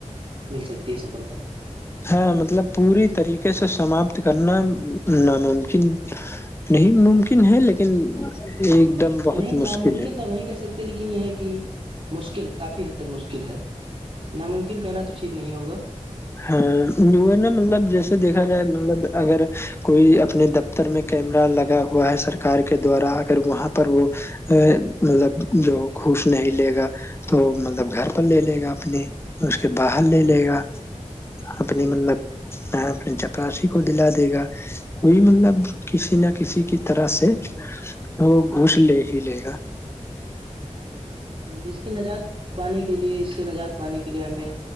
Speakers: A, on the right (about 50°); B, on the left (about 20°).
A: مل سکتی ہے سفلتا-
B: ہاں مطلب پوری طریقے سے سماپت کرنا ناممکن- نہیں ممکن ہے لیکن ایک- دم بہت
A: نہیں
B: مشکل
A: ناممکن
B: ہے
A: تو نہیں کہہ سکتے- لیکن یہ ہے کہ مشکل ہے کافی حد تک مشکل ہے ناممکن کہنا تو- ٹھیک نہیں ہوگا
B: ہاں وہ ہے نا مطلب جیسے دیکھا جائے مطلب اگر کوئی اپنے استر میں کیمرا لگا ہوا ہے سرکار کے دوارا اگر وہاں پر وہ مطلب جو گوف نہیں لے گا تو مطلب گھر پر لے لے گا اپنے اس کے باہر لے لے گا اپنی
A: جی
B: مطلب اپنی چپراسی کو دلا دے گا کوئی مطلب کسی نہ کسی کی طرح سے وہ گھوس لے ہی لے گا
A: اس کی نجات پانے کے لیے اس سے نجات پانے کے لیے ہمیں